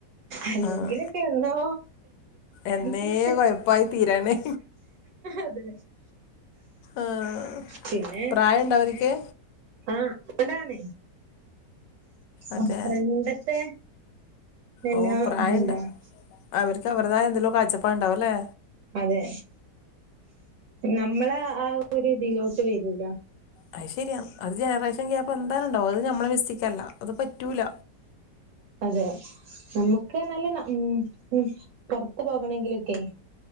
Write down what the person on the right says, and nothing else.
അല്ലെങ്കിലൊക്കെ
എന്നോ
<unintelligible>
അതെ
പിന്നെ
ആഹ് അതാണെ
ആഹ് പണ്ടത്തെ എല്ലാ
ഇതുണ്ടാവും
അതെ നമ്മളെ ആഹ് ഒരു ഇതിലോട്ട് വരൂലാ
അതെ നമ്മക്ക് പ്പംന്നല്ലേ ന്ന മ് ഉം പോർത്ത് പോകണെങ്കിലൊക്കെ